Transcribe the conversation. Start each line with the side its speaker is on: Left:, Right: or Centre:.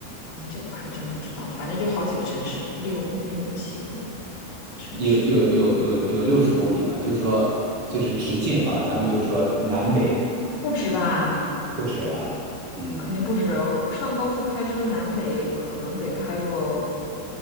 Left: 哎，这我还真不知道，反正就好几个城市，六六七个城市，
Right: 有有有有有六十公里嘛，就是说就是直径啊，咱们就说南北。
Left: 不止吧？
Right: 不止哈，嗯，
Left: 肯定不止哦。上高速开车南北可能得开个